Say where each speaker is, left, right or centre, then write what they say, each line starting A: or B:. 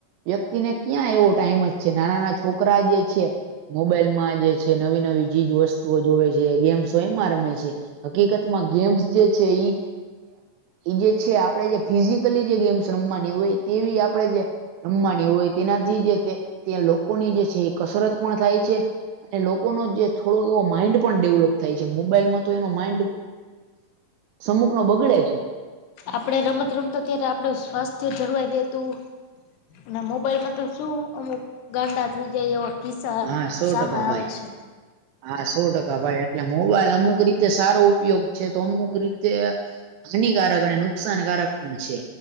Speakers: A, on the right; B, on the left.
A: વ્યક્તિને ક્યાં એવો ટાઈમ જ છે? નાના-નાના છોકરા જે છે મોબાઇલમાં જે છે નવી નવી ચીજવસ્તુઓ જોવે છે ગેમ્સઓ એમાં રમે છે. હકીકતમાં ગેમ્સ જે છે એ એ જે છે આપણે જે ફિઝિકલી ગેમ્સ રમવાની હોય તેવી આપડે રમવાની હોય તેનાથી તે લોકોની જે છે કસરત પણ થાય છે. અને લોકોનો જે થોડોક એવો માઇન્ડ પણ ડેવલોપ થાય છે મોબાઇલમાં તો એનું માઇન્ડ સમુખનું બગડે છે.
B: આપણે રમત-રમતા ત્યારે આપડું સ્વાસ્થ્ય જળવાય રેહતું. અને મોબાઈલમાં તો શું અમુક ગાંડા થઇ જાય એવા કિસ્સા
A: હા સો
B: સામે
A: ટકા
B: આવે
A: ભાઈ
B: છે.
A: હા સો ટકા ભાઈ એટલે મોબાઈલ અમુક રીતે સારો ઉપયોગ છે તો અમુક રીતે હાનિકારક અને નુકસાનકારક પણ છે,